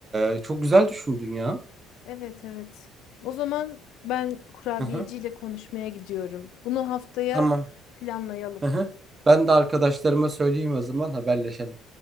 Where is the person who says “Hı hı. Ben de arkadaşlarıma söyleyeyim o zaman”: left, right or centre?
Right